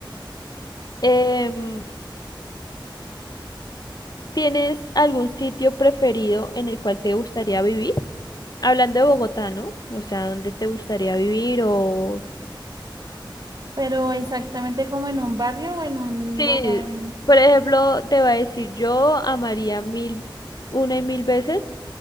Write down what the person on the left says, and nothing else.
em, ¿tienes algún sitio preferido en el cual te gustaría vivir? Hablando de Bogotá, ¿no? O sea, ¿dónde te gustaría vivir o
Sí,
por ejemplo, te voy a decir, yo amaría mil, una y mil veces